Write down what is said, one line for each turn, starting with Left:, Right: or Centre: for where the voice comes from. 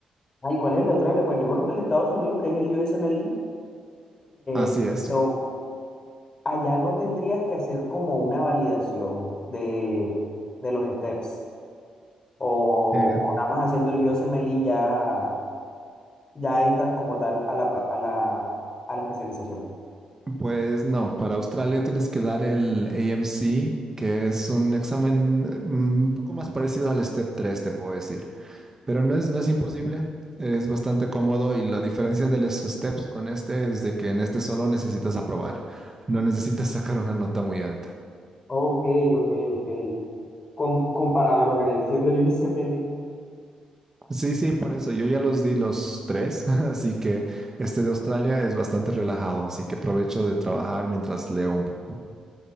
Left: Ay, ¿cuál es el de Australia? Pues yo conozco el de Estados Unidos, que es el USMLE,
Right: Así
Left: eh,
Right: es.
Left: pero allá no tendrías que hacer como una validación de, de los steps. O,
Right: Eh,
Left: o nada más haciendo el USMLE ya ya entras como tal a la, pro- a la, a la especialización.
Right: pues no, para Australia tienes que dar el AMC, que es un examen eh, mm, un poco más parecido al Step 3, te puedo decir. Pero no es, no es imposible, es bastante cómodo y la diferencia de los Steps con este es de que en este solo necesitas aprobar, no necesitas <laughs> sacar una nota muy alta.
Left: Ok, ok, ok. Com- comparado a lo que viene siendo el IBCMLI.
Right: Sí, sí, por eso. Yo ya los di los tres, <laughs> así que este de Australia es bastante relajado, así que aprovecho de trabajar mientras leo un poco.